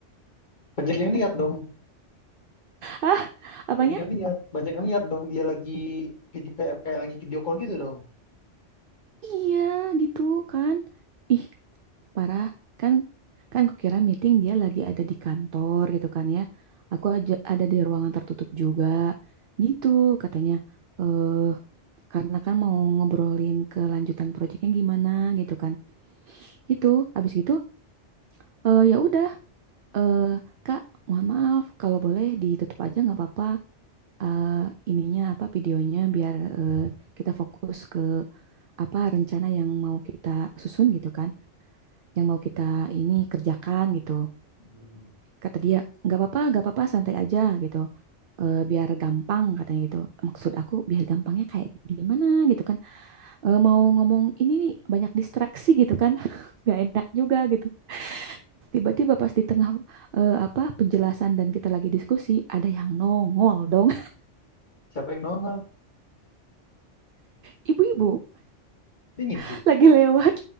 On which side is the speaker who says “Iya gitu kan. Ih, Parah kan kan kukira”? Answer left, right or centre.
Right